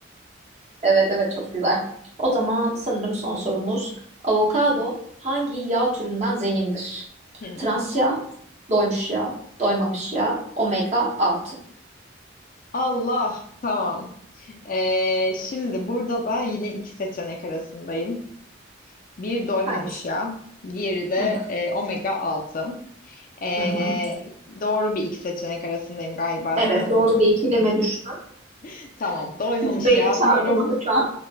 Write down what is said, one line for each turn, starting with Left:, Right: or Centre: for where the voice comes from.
Right: Evet evet çok güzel. O zaman sanırım son sorumuz. Avokado hangi yağ türünden zengindir?
Left: Hmm.
Right: Trans yağ, doymuş yağ, doymamış yağ, omega 6.
Left: Allah tamam. Ee, şimdi burada da yine iki seçenek arasındayım. Bir doymamış
Right: Hangisi?
Left: yağ, diğeri de
Right: Hı hı.
Left: e, omega 6. Ee,
Right: Hı hı.
Left: doğru bir iki seçenek arasındayım galiba,
Right: Evet,
Left: değil mi?
Right: doğru bir ikileme düştüm.
Left: <laughs> Tamam, doymamış
Right: %50
Left: yağ
Right: şansım
Left: diyorum.
Right: var şu an.